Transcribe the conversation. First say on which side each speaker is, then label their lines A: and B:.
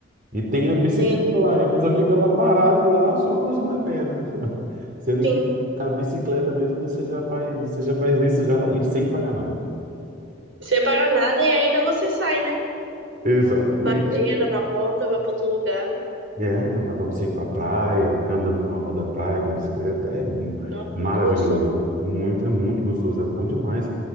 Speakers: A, on the right; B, on the right.
A: e tem a bicicleta
B: E é,
A: lá, e a pessoa fica lá parado lá, só coisando a perna. <laughs> Sendo
B: sim,
A: que com a bicicleta mesmo você já faz, você já faz isso já e sem pagar nada.
B: você paga nada e ainda você sai, né?
A: Exatamente.
B: Passeia, dá uma volta, vai pra outro lugar.
A: É, então dá pra você ir pra praia, ficar andando na orla da praia com bicicleta. É m-
B: Nossa,
A: maravilhoso.
B: é muito gostoso.
A: Muito, é muito gostoso, é bom demais.